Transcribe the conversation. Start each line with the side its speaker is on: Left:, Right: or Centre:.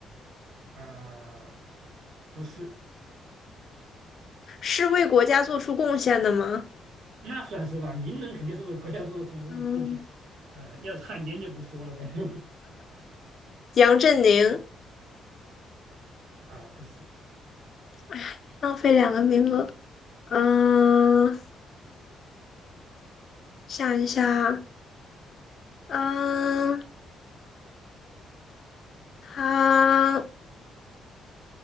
Right: 啊、不是，
Left: 是为国家做出贡献的吗？
Right: 那算是吧。名人肯定是为国家做出种贡献，
Left: 嗯，
Right: 呃，要是汉奸就不说了呗。<laughs>
Left: 杨振宁。
Right: 啊，不是，
Left: 哎，浪费两个名额。嗯，想一下，嗯，他，